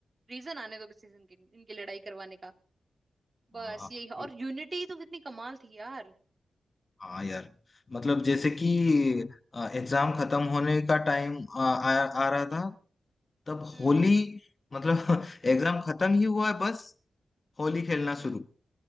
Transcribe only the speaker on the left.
हाँ
ये-
हाँ यार मतलब जैसे कि एग्जाम खत्म होने का टाइम आ, आ, आ रहा था तब
होली मतलब <laughs> एग्जाम खत्म ही हुआ है बस होली खेलना
शुरू